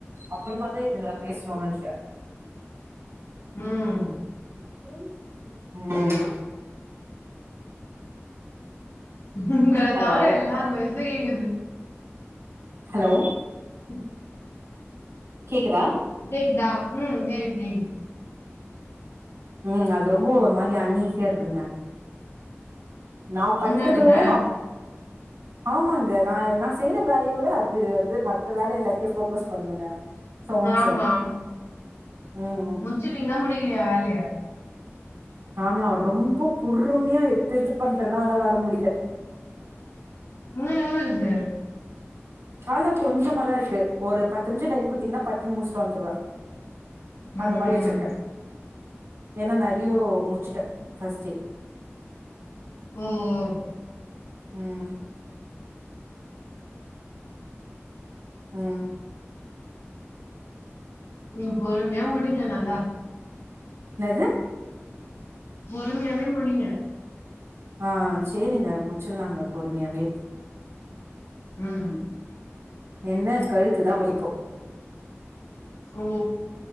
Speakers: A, on the right (about 70°); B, on the left (about 70°).
A: அப்பறமாதா இதுல நா பேசுணு நினைக்கிற
B: ம்
A: ம்
B: உங்களத்
A: ஹலோ
B: தவர எல்லாரு வாய்சு கேக்குது
A: ஹலோ
B: உம்
A: கேக்குதா
B: கேக்குதா ம் கேக்குது கேக்குது
A: ம் அது ரொம்ப ஒரு மாரி அன்னிசியா இருக்குதுங்க நா பண்றத
B: என்னதுங்க
A: விட நா ஆமாங்க நா நா செய்யற வேலைய விட அது வந்து மத்த வேலை எல்லாத்தையு போக்கஸ் பண்ணுங்க சாங்ஸ்ச
B: ஆமா
A: ம்
B: முடிச்சிட்டிங்ளா முடிகலியா வேலய
A: ஆனா ரொம்ப பொறுமையா எடுத்து எடுத்து பண்றேன்னா ஆனா வேல முடில
B: இன்னு எவ்ளோ இக்குது
A: அவ்ளோதா கொஞ்சமா தா இருக்கு ஒரு பத்து நிமிஷோ டைம் குடுத்தீங்கன்னா பட்டுன்னு முடிச்சுட்டு வந்துடுவே
B: ம்
A: அந்த மாரி வெச்சிருக்கே ஏன்னா நெறையோ முச்சு <unintelligible> ஃபஸ்ட்டே
B: ம்
A: ம் ம்
B: நீங்க பொறுமையா முடிங்க நல்லா
A: இன்னது
B: பொறுமயாவே முடிங்க
A: ஆ சேரிங்க முச்சிட்லாங்க பொறுமயாவே
B: ம்
A: என்ன கழுத்துதா வலிக்கு
B: ஓ